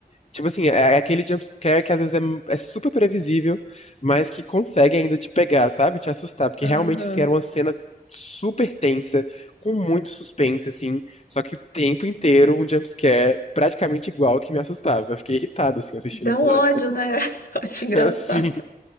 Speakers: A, on the left; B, on the left.
A: Tipo assim, é é aquele jumpscare que às vezes é, é super previsível, mas que consegue ainda te pegar, sabe? Te assustar. Porque
B: Aham.
A: realmente, assim, era uma cena super tensa, com muito suspense, assim. Só que o tempo inteiro um jumpscare praticamente igual que me assustava. Eu fiquei irritado, assim, assistindo
B: Dá
A: o episódio.
B: um ódio,
A: <laughs>
B: né? <laughs> Eu acho engraçado.
A: Assim.